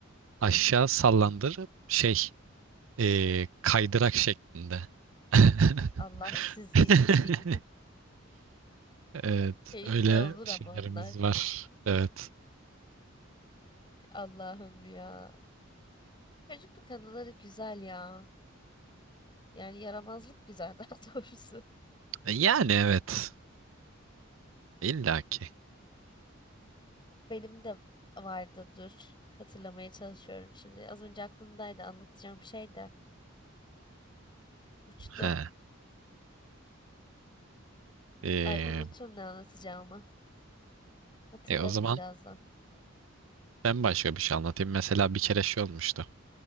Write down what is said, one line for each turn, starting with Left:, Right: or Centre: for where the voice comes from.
Right: aşağı sallandırıp şey ee, kaydırak şeklinde. <laughs>
Left: Allah sizi
Right: <laughs>
Left: bildiği gibi
Right: Evet
Left: <laughs> keyifli
Right: öyle
Left: olur
Right: şeylerimiz
Left: ama onlar.
Right: var. Evet.
Left: Allah'ım ya. Çocukluk anıları güzel ya. Yani yaramazlık güzel <laughs> daha doğrusu.
Right: Yani evet. İlla ki.
Left: Benim de vardı dur. Hatırlamaya çalışıyorum şimdi. Az önce aklımdaydı anlatacağım şey de uçtu.
Right: He. Ee,
Left: Ay unuttum ne anlatacağımı. Hatırlarım
Right: e, o zaman
Left: birazdan.
Right: ben başka bir şey anlatayım. Mesela bir kere şey olmuştu.